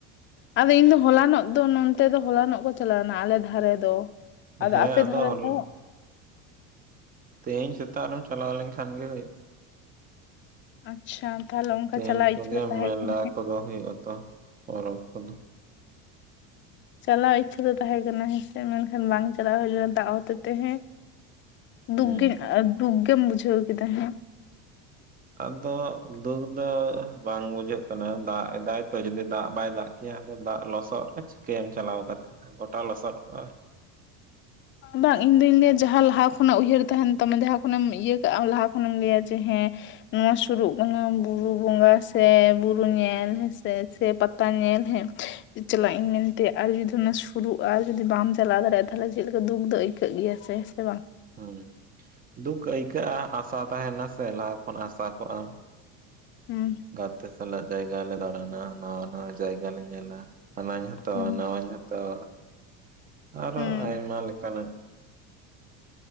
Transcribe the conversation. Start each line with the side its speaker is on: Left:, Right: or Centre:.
Left: ᱟᱫᱚ ᱤᱧ ᱫᱚ ᱦᱚᱞᱟᱱᱚᱜ ᱫᱚ ᱱᱚᱛᱮ ᱫᱚ ᱦᱚᱞᱟᱱᱚᱜ ᱠᱚ ᱪᱟᱞᱟᱣ ᱞᱮᱱᱟ ᱟᱞᱮ ᱫᱷᱟᱨᱮ ᱫᱚ᱾ ᱟᱫᱚ
Right: ᱦᱮᱸ
Left: ᱟᱯᱮ ᱫᱟᱨ
Right: ᱦᱚᱞ
Left: ᱫᱚ?
Right: ᱛᱮᱦᱤᱧ ᱥᱮᱛᱟᱜ ᱨᱮᱢ ᱪᱟᱞᱟᱣ ᱞᱮᱱᱠᱷᱟᱱ ᱜᱮ ᱦᱩᱭᱩᱜᱼᱟ᱾
Left: ᱟᱪᱪᱷᱟ ᱛᱟᱦᱚᱞᱮ ᱚᱱᱠᱟ
Right: ᱛᱮᱦᱮᱧ
Left: ᱪᱟᱞᱟᱣ
Right: ᱠᱚᱜᱮ
Left: ᱤᱪᱪᱷᱟᱹ ᱫᱚ ᱛᱟᱦᱮᱸ
Right: ᱢᱮᱞᱟ
Left: ᱠᱟᱱᱟ ᱦᱮᱸ
Right: ᱠᱚᱫᱚ ᱦᱩᱭᱩᱜᱼᱟ ᱛᱚ᱾ ᱯᱚᱨᱚᱵ ᱠᱚᱫᱚ,
Left: ᱪᱟᱞᱟᱣ ᱤᱪᱪᱷᱟᱹ ᱫᱚ ᱛᱟᱦᱮᱸ ᱠᱟᱱᱟ ᱦᱮᱸᱥᱮ ᱢᱮᱱᱠᱷᱟᱱ ᱵᱟᱝ ᱪᱟᱞᱟᱣ ᱦᱩᱭ ᱞᱮᱱᱟ ᱫᱟᱜ ᱦᱚᱛᱮ ᱛᱮ ᱦᱮᱸ᱾ ᱫᱩᱠ
Right: ᱦᱩᱸ
Left: ᱜᱮ ᱫᱩᱠ ᱜᱮᱢ ᱵᱩᱡᱷᱟᱹᱣ ᱠᱮᱫᱟ ᱦᱮᱸ
Right: ᱟᱫ ᱫᱚ ᱫᱩᱠ ᱫᱚ ᱵᱟᱝ ᱵᱩᱡᱷᱟᱹᱜ ᱠᱟᱱᱟ ᱫᱟᱜ ᱮᱫᱟᱭ ᱛᱚ ᱡᱩᱫᱤ ᱫᱟᱜ ᱵᱟᱭ ᱫᱟᱜ ᱮᱭᱟ ᱟᱫᱚ ᱫᱟᱜ ᱞᱚᱥᱚᱫ ᱨᱮ ᱪᱤᱠᱟᱹᱭᱟᱢ ᱪᱟᱞᱟᱣ ᱠᱟᱛᱮ ᱜᱚᱴᱟ ᱞᱚᱥᱚᱫ ᱠᱚᱜᱼᱟ᱾
Left: ᱵᱟᱝ ᱤᱧ ᱫᱩᱧ ᱞᱟᱹᱭᱟ ᱡᱟᱦᱟᱸ ᱞᱟᱦᱟ ᱠᱷᱚᱱᱟᱜ ᱩᱭᱦᱟᱹᱨ ᱛᱟᱦᱮᱱ ᱛᱟᱢᱟ ᱡᱟᱦᱟᱸ ᱠᱷᱚᱱᱮᱢ ᱤᱭᱟᱹ ᱠᱟᱜᱼᱟ ᱞᱟᱦᱟ ᱠᱷᱚᱱᱮᱢ ᱞᱟᱹᱭᱟ ᱡᱮ ᱦᱮᱸ ᱱᱚᱣᱟ ᱥᱩᱨᱩᱜ ᱠᱟᱱᱟ ᱵᱩᱨᱩ ᱵᱚᱸᱜᱟ ᱥᱮ ᱵᱩᱨᱩ ᱧᱮᱞ ᱦᱮᱸ ᱥᱮ ᱥᱮ ᱯᱟᱛ ᱛᱟ ᱧᱮᱞ ᱦᱮᱸ ᱪᱟᱞᱟᱜ ᱤᱧ ᱢᱮᱱᱛᱮ ᱟᱨ ᱡᱩᱫᱤ ᱚᱱᱟ ᱥᱩᱨᱩᱜᱼᱟ ᱟᱨ ᱡᱩᱫᱤ ᱵᱟᱢ ᱪᱟᱞᱟᱣ ᱫᱟᱲᱮᱭᱟᱜᱼᱟ ᱛᱟᱦᱚᱞᱮ ᱪᱮᱜ ᱞᱮᱠ ᱫᱩᱠ ᱫᱚ ᱟᱹᱭᱠᱟᱹᱜ ᱜᱮᱭᱟ ᱥᱮ ᱦᱮᱸᱥᱮ ᱵᱟᱝ?
Right: ᱦᱳᱭ ᱫᱩᱠ ᱟᱹᱭᱠᱟᱹᱜᱼᱟ ᱟᱥᱟ ᱛᱟᱦᱮᱱᱟ ᱥᱮ ᱞᱟᱦᱟ ᱠᱷᱚᱱ ᱟᱥᱟ ᱠᱚᱜᱼᱟᱢ᱾
Left: ᱦᱚᱸ
Right: ᱜᱟᱛᱮ ᱥᱟᱞᱟᱜ ᱡᱟᱭᱜᱟ ᱞᱮ ᱫᱟᱬᱟᱱᱟ ᱱᱟᱣᱟ ᱱᱟᱣᱟ ᱡᱟᱭᱜᱟ ᱞᱮ ᱧᱮᱞᱟ᱾ ᱦᱟᱱᱟᱧ ᱦᱟᱛᱟᱣᱟ
Left: ᱦᱩᱸ
Right: ᱱᱟᱣᱟᱧ ᱦᱟᱛᱟᱣᱟ ᱟᱨᱦᱚ
Left: ᱦᱩᱸ
Right: ᱟᱭᱢᱟ ᱞᱮᱠᱟᱱᱟᱜ᱾